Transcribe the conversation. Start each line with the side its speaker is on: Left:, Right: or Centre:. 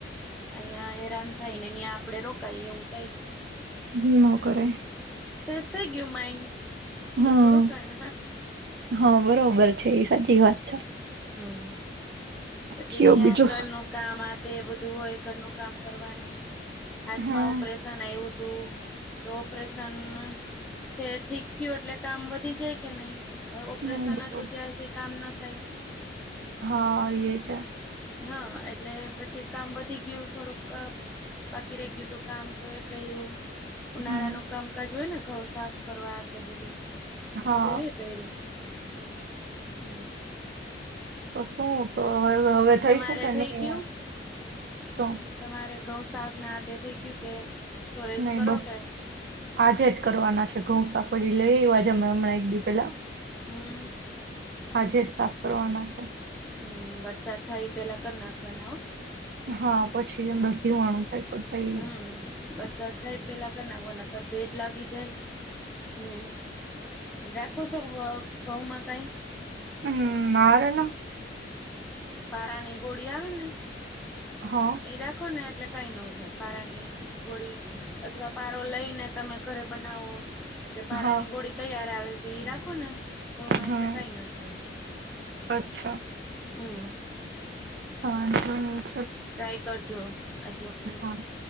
Centre: અઈયા એરાન અિયાં આપડે રોકાઈ એવું થાય.
Right: હ નોકરે.
Centre: ફ્રેશ થઇ ગ્યુ માઇન્ડ!
Right: હમ,
Centre: એટલું રોકાણ
Right: હં બરોબર છે ઈ સાચી વાત છે.
Centre: હમ. પછી
Right: કયો
Centre: અહિયાં
Right: બીજો
Centre: ઘરનું કામ આ તે બધું હોય ઘરનું કામ કરવાનું. હાથમાં
Right: હમ
Centre: ઓપરેશન આવ્યું. તો તો પ્રશ્ન. <unintelligible> જે ઠીક થયું એટલે કામ વધી જાય કે નહી. અ ઓપરેશન
Right: હમ બરોબર
Centre: હતું ત્યાં હુથી કામ નથ. થઈ.
Right: હા એ છ.
Centre: હા એટલે પછી કામ વધી ગયું થોડુંક ક બાકી રહી ગયું તું કામ તો એ કર્યું. ઉનાળા
Right: હમ
Centre: ન કામકાજ હોય ને. ઘઉ સાફ કરવા તે બધું.
Right: હા
Centre: બધું એ કર્યું હમ.
Right: ઓસ. શું તો હવે થઈ
Centre: તમારે
Right: છે કે
Centre: થઈ
Right: નહી
Centre: ગયું
Right: શું?
Centre: તમારે ઘઉં સાફ ના આ તે થેગ્યુ કે? સ્ટોરેજ
Right: નહી
Centre: કરો
Right: બસ
Centre: કે
Right: આજે જ કરવાના છે ઘઉસાફરી લઈ આજે અમે હમણાં. દી પેલા.
Centre: હમ.
Right: આજે જ સાફ કરવાના છે.
Centre: હમ વરસાદ થાય પેલા કરી નાખવાના અ.
Right: હા પછી અંદર <unintelligible> થાય. પણ ભાઈ
Centre: હમ વરસાદ થાય પેલા. કર નાખવાના કર ભેજ લાગી જાય. હમ રાખો છો વ. કહુંમાં કઈ.
Right: હમ ના રે ના.
Centre: પારાની ગોળી આવે ને.
Right: હા
Centre: એ રાખો ને એટલે કઈ ન થાય. પારાની ગોળી અથવા પારો લઈને તમે ઘરે બનાવો. કે પારાની
Right: હા
Centre: ગોળી તૈયાર આવે. એ રાખો ને. ગઉમાં
Right: હમ
Centre: એટલે કઈ ન થાય.
Right: અચ્છા.
Centre: હમ.
Right: વાંધો ની.
Centre: ટ્રાય કરજો. આજ વખતે
Right: હા,